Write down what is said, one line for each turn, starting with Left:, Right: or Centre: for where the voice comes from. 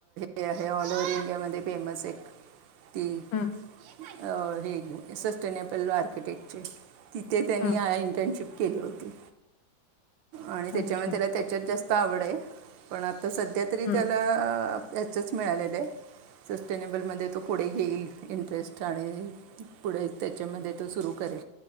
Right: हे आहे ऑल ओव्हर इंडिया म फेम. मसेिक ती
Left: हं,
Right: अ हे सस्टेनेबल आर्किटेक्चर तिथे त्यांनी
Left: हं.
Right: इंटर्नशिप केली होती आणि त्याच्यामुळे
Left: अच्छा.
Right: त्याला त्या त्याच्यात जास्त आवड आहे पण आता सध्या तरी
Left: हं.
Right: त्याला ह्याचच मिळालेलं आहे. सस्टेनेबल मध्ये तो पुढे घेईल इंटरेस्ट आणि पुढे त्याच्यामध्ये तो सुरू कर करे